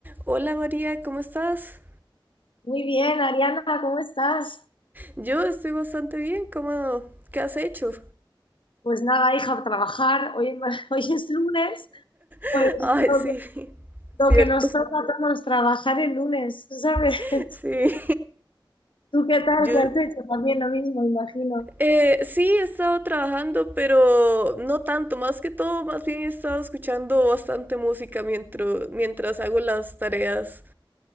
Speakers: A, on the right (about 20°); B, on the left (about 75°).
A: Hola María, ¿cómo estás?
B: Muy bien, Ariana, ¿cómo estás?
A: Yo estoy bastante bien, ¿cómo? ¿Qué has hecho?
B: Pues nada, hija, a trabajar. Hoy, <laughs> hoy es lunes, pues
A: <laughs> Ay,
B: lo
A: sí,
B: que,
A: cierto,
B: lo que nos toca a todos trabajar el lunes, ¿sabes?
A: <laughs>
B: <laughs>
A: sí.
B: ¿Tú qué tal?
A: Yo,
B: ¿Qué has hecho? También lo mismo, imagino.
A: eh, sí, he estado trabajando, pero no tanto, más que todo, más bien he estado escuchando bastante música mientras, mientras hago las tareas.